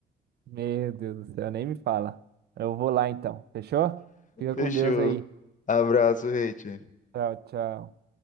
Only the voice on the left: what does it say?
<laughs>
Fechou.
Abraço, Reit.